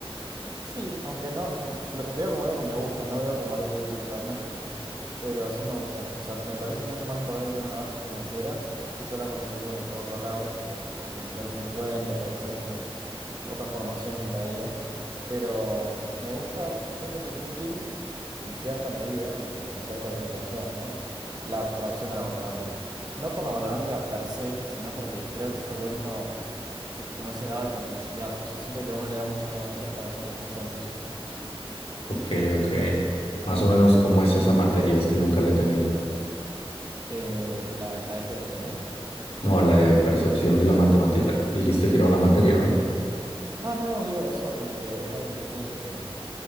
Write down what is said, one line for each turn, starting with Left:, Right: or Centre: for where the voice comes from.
Right: Sí, aunque no, <laughs> lo veo como algo que me gusta, no veo como algo útil realmente, pero sí me gustan. O sea, me parece mucho más importante que tenga una base financiera y yo la conseguí, bueno, por otro lado, o sea, por, por investigar por mi cuenta, por hacer otros, otras formaciones en paralelo. Pero me gusta, o sea, siento que es útil en cierta medida y con ciertas limitaciones, ¿no? La abstracción de la matemática. No por la matemática per se, sino porque creo que está bueno como ese grado de complejidad. O sea, siento que a uno le da muchas herramientas para cosas más sencillas también.
Left: Ok, ok. Más o menos, ¿cómo es esa materia? Es que nunca la he tenido.
Right: Eh, la estadística que tengo.
Left: No, la de percepción de la matemática. Dijiste que era una materia, ¿no?
Right: Ah, no, no, digo eso, como que es algo que yo pienso que